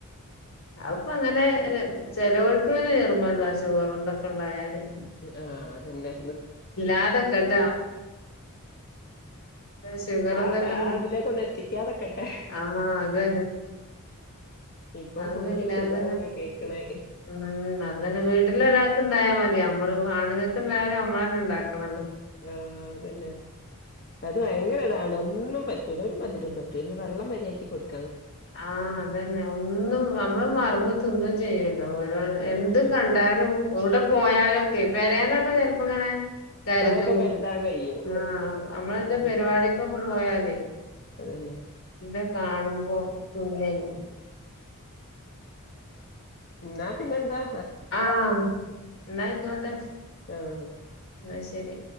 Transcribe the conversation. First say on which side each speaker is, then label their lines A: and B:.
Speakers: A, on the left; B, on the left.
A: അത്പ്പം അങ്ങനെ അങ്ങനെ ചെലോൽക്ക പിന്നേ നിർബന്ധ ഷുഗർ ഇതൊക്കെ ഉണ്ടായാല്
B: ആഅതന്നെ
A: ഇല്ലാതെ കേ കേട്ടാ ഷുഗർന്തൊക്കെ
B: ആ അവിടെ ആ ഇതിലേക്കൊന്ന് എത്തിക്കാതെക്കട്ടെ
A: ആഹ അത് തന്നെ
B: ഇപ്പം
A: അന്നല്ലാത
B: ഫുള്ള് ഷുഗറല്ലേ കേക്ക്ണേ
A: ഉ അത് തന്നെ വീട്ടില ഒരാൾക്ക് ഇണ്ടായാ മതി നമ്മ ആണുങ്ങൾക്കൊയാലും നമ്മൾ തന്നെ ഉണ്ടാക്കണംല്ല
B: ആഅതന്നെ അത് ഭയങ്കര ഇതാണ് ഒന്നും പറ്റൂല ഒരു മധുരവും പറ്റൂല വെള്ളം വരിയാക്കി കൊടുക്കു
A: ആ അതന്നെ ഒന്നും നമ്മള് മറന്ന് തിന്നും ചെയ്യല്ലോ ഓരോ
B: ആഹ്
A: എന്ത് കണ്ടാലും എവിടെ പോയാലും പേരെന്ന് എന്നൊ ക്കെ ചിലപ്പോ അങ്ങനെ കരുത
B: കൊറെയൊക്കെ കരുതാൻ കഴിയും
A: ആ നമ്മള എന്താ
B: ഉം
A: പരിപാടക്കൊക്കെ പോയാലേ
B: അതന്നെ
A: എന്ത കാണുമ്പോ തുന്നല്ല
B: എന്നാ പിന്നെ എന്താ
A: ആഹ എന്നായിക്കോട്ടെ
B: ആഹ്
A: ആ ശരി